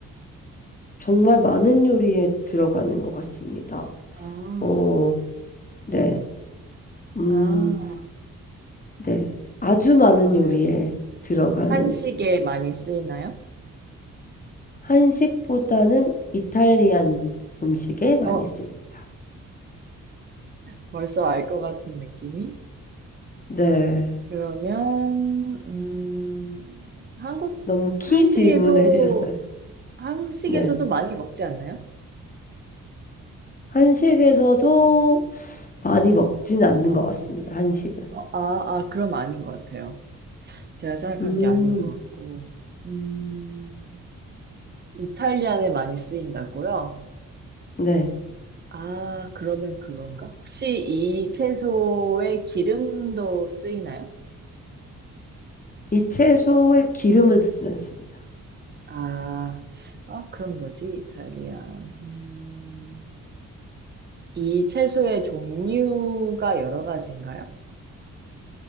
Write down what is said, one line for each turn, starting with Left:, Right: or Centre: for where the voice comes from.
Left: 정말 많은 요리에 들어가는 것 같습니다.
Right: 아,
Left: 어, 네, 음,
Right: 아,
Left: 네, 아주 많은
Right: 그러면
Left: 요리에 들어가는
Right: 한식에 많이 쓰이나요?
Left: 한식보다는 이탈리안 음식에 많이
Right: 어,
Left: 쓰입니다.
Right: 벌써 알 것 같은 느낌이?
Left: 네,
Right: 그러면, 음, 한국,
Left: 너무 키
Right: 한식에도,
Left: 질문을 해주셨어요.
Right: 한식에서도
Left: 네,
Right: 많이 먹지 않나요?
Left: 한식에서도 많이 먹진 않는 것 같습니다. 한식은.
Right: 어, 아, 아, 그럼 아닌 것 같아요. 제가 생각한
Left: 음,
Right: 게 아닌 것 같고. 음, 이탈리안에 많이 쓰인다고요?
Left: 네.
Right: 아, 그러면 그건가? 혹시 이 채소에 기름도 쓰이나요?
Left: 이 채소에 기름은 쓰진 않습니다.
Right: 아, 아, 그럼 뭐지? 이탈리안. 음, 이 채소의 종류가 여러 가지인가요?